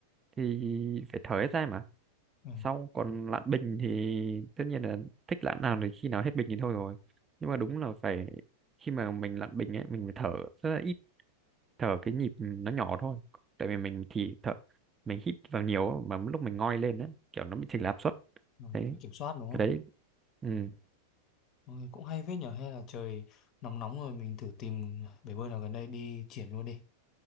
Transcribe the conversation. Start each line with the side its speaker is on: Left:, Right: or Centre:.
Right: thì phải thở hết ra mà
Left: Ờ,
Right: sau còn lặn bình thì tất nhiên là thích lặn nào thì khi nào hết bình thì thôi rồi nhưng mà đúng là phải khi mà mình lặn bình ấy mình phải thở rất là ít thở cái nhịp nó nhỏ thôi tại vì mình thì thở mình hít vào nhiều á, mà lúc mình ngoi lên á kiểu nó bị chệch áp suất
Left: ờ,
Right: đấy
Left: phải kiểm soát đúng không?
Right: cái đấy ừ.
Left: Mọi cũng hay phết nhở hay là trời nóng nóng rồi mình thử tìm bể bơi nào gần đây đi triển luôn đi